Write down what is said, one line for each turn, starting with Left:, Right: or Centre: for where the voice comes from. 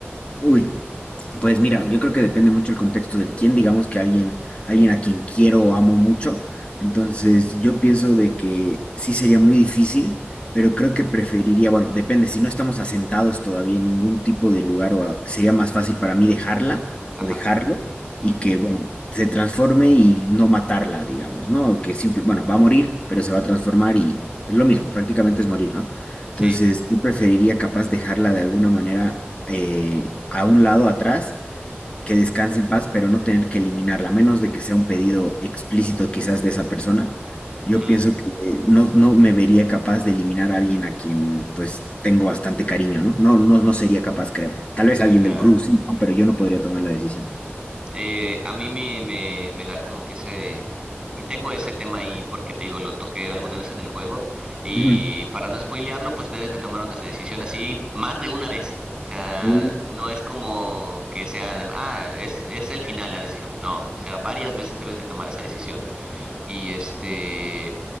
Left: Uy, pues mira, yo creo que depende mucho el contexto del quién, digamos que alguien, alguien a quien quiero o amo mucho. Entonces, yo pienso de que sí sería muy difícil, pero creo que preferiría, bueno, depende, si no estamos asentados todavía en ningún tipo de lugar, o a- sería más fácil para mí dejarla
Right: Ajá.
Left: o dejarlo
Right: ujú,
Left: y que, bueno, se transforme y no matarla, digamos, ¿no? Que simple, bueno, va a morir, pero se va a transformar y es lo mismo, prácticamente es morir, ¿no?
Right: Sí.
Left: Entonces, yo preferiría capaz dejarla de alguna manera eh, a un lado atrás, que descanse en paz, pero no tener que eliminarla, a menos de que sea un pedido explícito quizás de esa persona. Yo
Right: ujú,
Left: pienso que no, no me vería capaz de eliminar a alguien a quien pues tengo bastante cariño, ¿no? No, no, no sería capaz, creo. Tal vez alguien
Right: claro.
Left: del cruz, sí, ¿no? Pero yo no podría tomar la decisión.
Right: Eh, a mí me, me, me da como que ese... Tengo ese tema ahí porque te digo, lo toqué alguna vez en el juego y
Left: Ujú.
Right: para no spoilearlo, pues debes de tomar una decisión así más de una vez. O sea,
Left: Uh,
Right: no es como que sea de, ah, es, es el final, la decisión final. No, o sea, varias veces debes de tomar esa decisión. Y este,